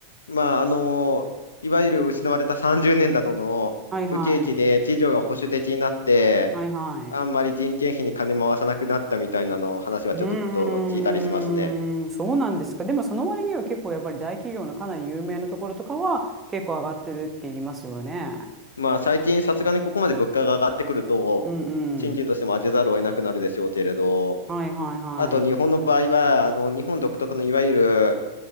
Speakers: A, on the left (about 70°); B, on the right (about 15°).
A: まあ、あのいわゆる失われた30年などの不景気で、
B: はいはい、
A: 次女が保守的になって、
B: はいはい。
A: あんまり人件費に金回さなくなったみたいなの話はちょっとと聞いたりしますね。
B: うーん、そうなんですか。でもその割には結構やっぱり大企業のかなり有名なところとかは結構上がってるって言いますよね。
A: まあ、最近さすがにここまで物価が上がってくると、
B: うんうん。
A: 賃金としても当てざるを得なくなるでしょうけれど、
B: はいはいはい。
A: あと日本の場合は、あの、日本独特のいわゆる